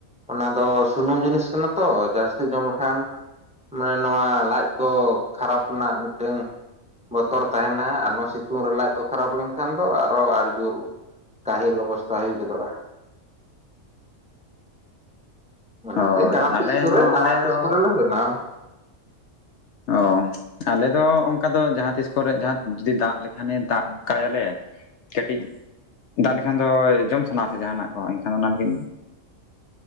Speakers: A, in the centre; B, on the left.
A: ᱚᱱᱟ ᱫᱚ ᱥᱩᱱᱩᱢ ᱡᱤᱱᱤᱥ ᱠᱟᱱᱟ ᱛᱚ ᱡᱟᱹᱥᱛᱤ ᱡᱚᱢ ᱞᱮᱠᱷᱟᱱ ᱢᱟᱱᱮ ᱱᱚᱣᱟ ᱞᱟᱡ ᱠᱚ ᱠᱷᱟᱨᱟᱯ ᱨᱮᱱᱟᱜ ᱢᱤᱫᱴᱟᱹᱝ ᱵᱚᱛᱚᱨ ᱛᱟᱦᱮᱱᱟ ᱟᱨ ᱱᱚᱣᱟ ᱥᱤᱛᱩᱝ ᱨᱮ ᱞᱟᱡ ᱠᱚ ᱠᱷᱟᱨᱟᱯ ᱞᱮᱱᱠᱷᱟᱱ ᱫᱚ ᱟᱨᱦᱚ ᱟᱨ ᱡᱳᱨ ᱠᱟᱹᱦᱤᱞ ᱚᱵᱚᱥᱛᱷᱟ ᱦᱩᱭ ᱜᱚᱫᱚᱜᱼᱟ
B: <inaudible>
A: ᱚᱱᱟᱛᱮ
B: ᱦᱳᱭ
A: ᱡᱟᱦᱟᱸ ᱛᱤᱥ
B: ᱟᱞᱮ
A: ᱠᱚᱨᱮ
B: ᱦᱚᱸ
A: ᱡᱟᱦᱟᱸ
B: ᱟᱞᱮ
A: ᱛᱤᱥ
B: ᱫᱚ
A: ᱠᱚᱨᱮ ᱞᱮ ᱵᱮᱱᱟᱣᱟ
B: ᱚ ᱟᱞᱮ ᱫᱚ ᱚᱱᱠᱟ ᱫᱚ ᱡᱟᱦᱟᱸ ᱛᱤᱥ ᱠᱚᱨᱮ ᱡᱟᱦᱟᱸ ᱡᱩᱫᱤ ᱫᱟᱜ ᱞᱮᱠᱷᱟᱱᱮ ᱫᱟᱜ ᱠᱟᱭᱟᱞᱮ ᱠᱟᱹᱴᱤᱡ ᱫᱟᱜ ᱞᱮᱠᱷᱟᱱ ᱫᱚ ᱡᱚᱢ ᱥᱟᱱᱟ ᱟ ᱥᱮ ᱡᱟᱦᱟᱱᱟᱜ ᱠᱚ ᱮᱱᱠᱷᱟᱱ ᱚᱱᱟ ᱮ